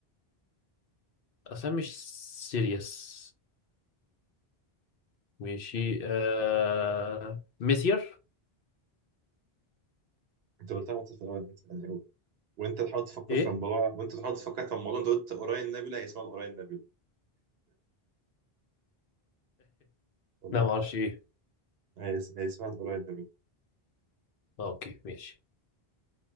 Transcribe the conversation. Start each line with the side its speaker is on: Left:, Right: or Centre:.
Left: اصلا مش سيريس ماشي آه... ميسير
Right: أنت قلتها وأنت في الأول أنت- يعني هو- وأنت تحاول تفكر
Left: ايه
Right: في الموضوع وأنت تحاول تفكر في الموضوع أنت قلت أوراين نابيولا هي اسمها الأوراين نابيولا والله
Left: لا ما اعرفش ايه
Right: هي اس- هي اسمها الأوراين نابيولا
Left: آه، اوكي ماشي